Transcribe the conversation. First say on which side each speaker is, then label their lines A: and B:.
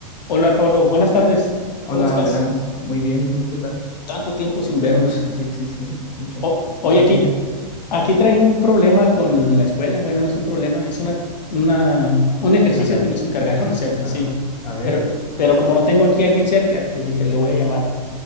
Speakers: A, on the left; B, on the left.
A: Hola Pablo, buenas tardes.
B: Hola,
A: ¿Cómo estás?
B: buenas. Muy bien, ¿y tú qué tal?
A: Tanto tiempo sin vernos.
B: Sí, sí, sí, <laughs> muchos,
A: O- Oye,
B: muchos
A: aquí,
B: días.
A: aquí traigo un problema con la escuela. Bueno, no es un problema, es una, una- un ejercicio
B: Una tare-
A: que nos encargaron
B: ¿Un ejercicio?
A: <laughs> hacer,
B: Ah,
A: sí.
B: a ver,
A: Pero, pero como no tengo aquí a alguien cerca, pues dije, le voy a llamar.